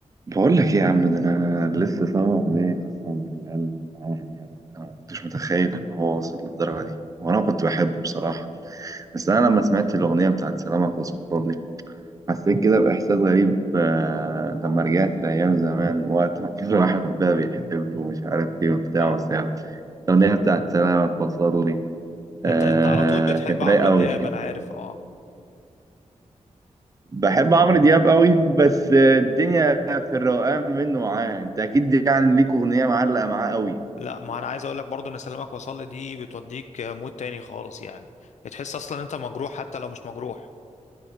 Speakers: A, on the right; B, on the left.
A: بقول لك ايه يا عم ده انا لسه سامع اغنيه قسما بالله لعمرو دياب انا ما كنتش متخيل ان هو واصل للدرجه دي وانا كنت بحبه بصراحه بس انا لما سمعت الاغنيه بتاعت سلامك وصل لي حسيت كده باحساس غريب آه، لما رجعت لايام زمان وقت ما كان الواحد بقى بيحب
B: مم.
A: ومش عارف ايه وبتاع
B: اه
A: وسام الاغنيه بتاعت سلامك وصل لي آه،
B: انت انت على طول بتحب
A: كانت
B: عمرو
A: رايقه قوي
B: دياب انا عارف اه
A: بحب عمرو دياب قوي بس الدنيا في الروقان منه معاه انت اكيد يعني ليك اغنيه معلقه معاه قوي
B: لا ما انا عايز اقول لك برضو ان سلامك وصل دي بتوديك مود تاني خالص يعني بتحس اصلا انت مجروح حتى لو مش مجروح